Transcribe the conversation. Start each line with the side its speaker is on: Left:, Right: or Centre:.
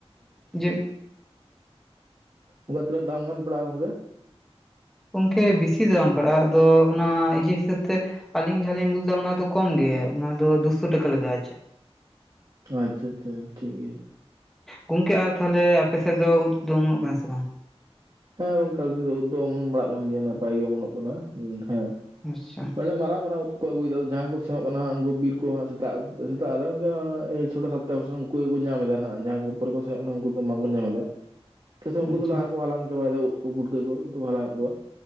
Centre: ᱡᱟᱹᱜ <inaudible>
Right: ᱚᱱᱟ ᱛᱤᱱᱟᱹᱜ ᱫᱟᱢᱜᱟᱱ ᱯᱟᱲᱟᱜ-ᱟ ᱜᱚᱢᱠᱮ
Centre: ᱜᱚᱢᱠᱮ ᱵᱮᱥᱤ ᱫᱚ ᱵᱟᱢ ᱯᱟᱲᱟᱜ-ᱟ ᱟᱫᱚ ᱚᱱᱟ ᱤᱭᱟᱹ ᱦᱤᱥᱟᱹᱵᱽ ᱛᱮ ᱟᱹᱞᱤᱧ ᱡᱟᱦᱟᱸᱞᱤᱧ ᱟᱹᱜᱩ ᱞᱮᱫᱟ ᱚᱱᱟ ᱫᱚ ᱠᱚᱢ ᱜᱮ ᱚᱱᱟ ᱫᱚ ᱫᱩᱥᱚ ᱴᱟᱠᱟ ᱞᱟᱜᱟ ᱟᱪᱮ
Right: ᱟᱪᱷᱟ ᱟᱪᱷᱟ ᱴᱷᱤᱠ ᱜᱮᱭᱟ᱾
Centre: ᱜᱚᱝᱠᱮ ᱟᱨ ᱛᱟᱦᱚᱞᱮ ᱟᱯᱮ ᱥᱮᱫ ᱫᱚ ᱩᱫ ᱠᱚᱫᱚ ᱚᱢᱚᱱᱚᱜ ᱠᱟᱱᱟ ᱥᱮ ᱵᱟᱝ
Right: ᱦᱮᱸ ᱜᱚᱝᱠᱮ ᱟᱞᱮᱥᱮᱫ ᱫᱚ ᱩᱫ ᱫᱚ ᱚᱢᱚᱱᱚᱜ ᱵᱟᱲᱟᱜ ᱠᱟᱱ ᱜᱮᱭᱟ ᱱᱟᱯᱟᱭ ᱜᱮ ᱚᱢᱚᱱᱚᱜ ᱠᱟᱱᱟ ᱦᱮᱸ
Centre: ᱟᱪᱷᱟ
Right: ᱢᱟᱱᱮ ᱢᱟᱨᱟᱝ ᱢᱟᱨᱟᱝ ᱩᱫ ᱠᱚ ᱟᱹᱜᱩᱭᱮᱫᱟ ᱡᱟᱦᱟᱸᱭ ᱠᱚ ᱥᱮᱱᱚᱜ ᱠᱟᱱᱟ ᱩᱱᱠᱚ ᱵᱤᱨ ᱠᱚ ᱥᱮᱛᱟᱜ ᱥᱮᱛᱟᱜ ᱨᱮ ᱚᱱᱠᱟ ᱪᱷᱳᱴᱟ <inaudible> ᱩᱱᱠᱩ ᱜᱮᱠᱚ ᱧᱟᱢ ᱮᱫᱟ ᱱᱟᱜ ᱡᱟᱦᱟᱸ ᱠᱚ ᱯᱚᱨᱮ ᱠᱚ ᱥᱮᱱᱚᱜ ᱠᱟᱱᱟ ᱩᱱᱠᱩ ᱫᱚ ᱵᱟᱝᱠᱚ ᱧᱟᱢ ᱮᱫᱟ ᱪᱮᱫᱟᱜ ᱥᱮ ᱩᱱᱠᱩ
Centre: ᱟᱪᱪᱷᱟ
Right: ᱫᱚ ᱞᱟᱦᱟ ᱨᱮᱠᱚ ᱦᱟᱞᱟᱝ ᱪᱟᱵᱟᱭᱮᱫᱟ ᱩᱫ ᱠᱚ ᱯᱩᱴᱠᱟᱹ ᱠᱚ ᱡᱚᱛᱚ ᱠᱚ ᱦᱟᱞᱟᱝ ᱮ ᱠᱚᱣᱟ